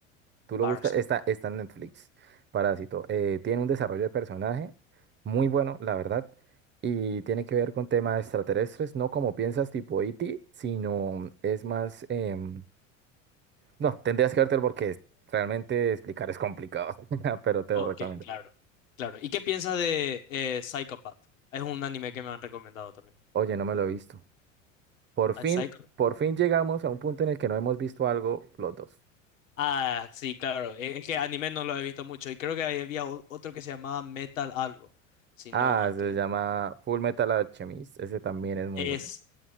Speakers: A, on the right (about 30°); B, on the left (about 75°).
A: Tú lo
B: Parasite.
A: buscas, está, está en Netflix, Parásito. Eh, tiene un desarrollo de personaje muy bueno, la verdad, y tiene que ver con temas extraterrestres, no como piensas tipo E.T., sino es más... em, no, tendrías que vértelo porque es- realmente explicar es complicado, <laughs> pero te
B: Ok,
A: lo recomiendo.
B: claro. Claro. ¿Y qué piensas de eh, Psychopath? Es un anime que me han recomendado también.
A: Oye, no me lo he visto. Por fin,
B: Ah, Psycho-
A: por fin llegamos a un punto en el que no hemos visto algo los dos.
B: Ah, sí, claro. Eh, Es que anime no lo he visto mucho y creo que ahí había o- otro que se llamaba Metal algo, si
A: Ah,
B: no estoy...
A: se llama Full Metal Alchemist, ese también es muy
B: Es,
A: bueno.